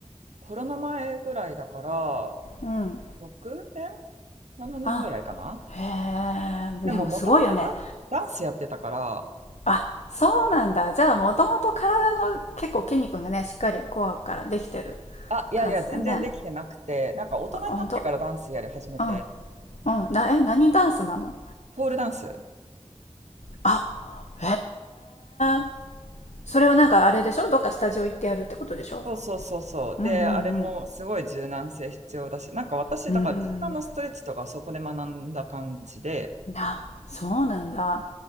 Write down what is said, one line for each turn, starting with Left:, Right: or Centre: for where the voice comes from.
Right: コロナ前ぐらいだから、
Left: うん
Right: 6年 ?7
Left: あ
Right: 年ぐらいかな
Left: へえでもすごいよね
Right: でも、もともとダン、ダンスやってたから、
Left: あそうなんだじゃあもともと体の結構筋肉がねしっかりコアからできてる
Right: あ、いやいや、
Left: 感じだね
Right: 全然できてなくて、なんか大人になってからダンスやり始めて、
Left: あほんとうんうん、なえ何ダンスなの
Right: ポールダンス。
Left: あへえそれはなんかあれでしょどっかスタジオ行ってやるってことでしょ
Right: そうそうそうそう。
Left: うんうん
Right: で、あれもすごい柔軟性必要だし、なんか私、
Left: うんうん
Right: だから柔軟のストレッチとかそこで学んだ感じで、
Left: なそうなんだ